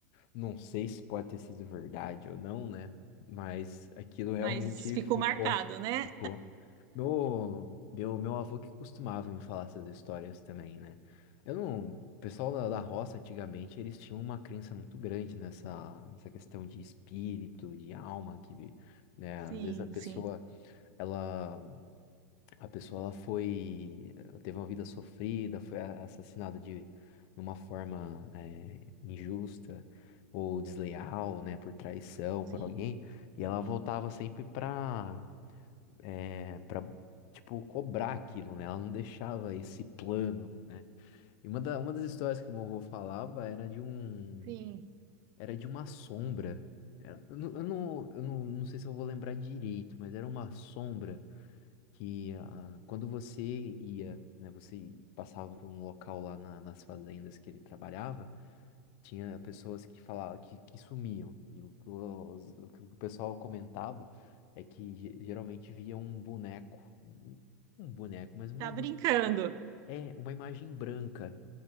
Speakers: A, on the left (about 55°); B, on the right (about 45°).
A: não sei se pode ter sido verdade ou não, né? Mas aquilo realmente
B: mas ficou
A: ficou,
B: marcado, né?
A: ficou. Meu, meu, meu avô que costumava me falar essas histórias também, né? Eu não, o pessoal da, da roça antigamente, eles tinham uma crença muito grande nessa, nessa questão de espírito, de alma, que, né,
B: Sim,
A: às vezes a pessoa,
B: sim,
A: ela a pessoa ela foi, ela teve uma vida sofrida, foi a- assassinada de uma forma é, injusta ou desleal, né, por traição, por
B: sim,
A: alguém, e ela
B: sim,
A: voltava sempre pra, é, pra, tipo, cobrar aquilo, né? Ela não deixava esse plano, né? E uma, da, uma das histórias que o meu avô falava era de um,
B: sim.
A: era de uma sombra. Era- Eu, não, eu, não, eu não não sei se eu vou lembrar direito, mas era uma sombra que ah, quando você ia, né, você passava por um local lá na- nas fazendas que ele trabalhava, tinha pessoas que falavam que, que sumiam. E o, que os- o que o pessoal comentava é que ge- geralmente via um boneco, um um boneco, mas uma,
B: Tá
A: ima-
B: brincando.
A: é, uma imagem branca